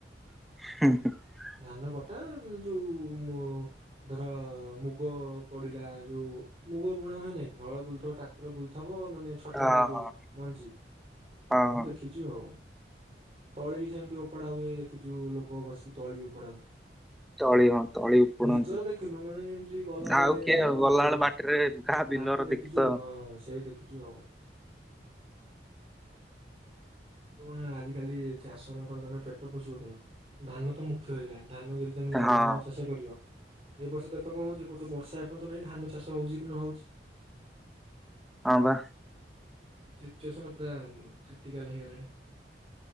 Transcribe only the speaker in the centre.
<unintelligible>
ହଁ
ହଁ
ହଁ
ହଁ
ତଳି ହଁ ତଳି ଉପୁଡନ୍ତି।
ଆଉ କିଏ
ଗଲାବେଳେ
ବାଟରେ କାହା ବିଲର
ଦେଖିତ
ହଁ
ହଁ ବା।